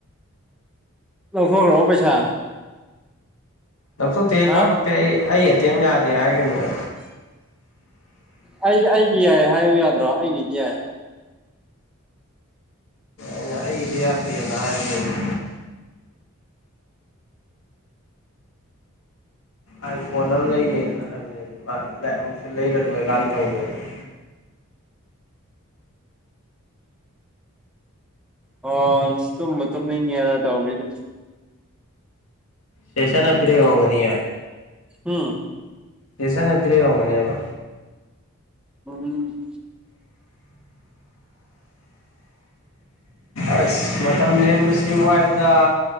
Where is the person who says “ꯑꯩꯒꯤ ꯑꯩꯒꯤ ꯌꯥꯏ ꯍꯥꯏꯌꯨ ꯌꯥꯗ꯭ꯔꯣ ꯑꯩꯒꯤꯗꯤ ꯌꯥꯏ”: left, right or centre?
Centre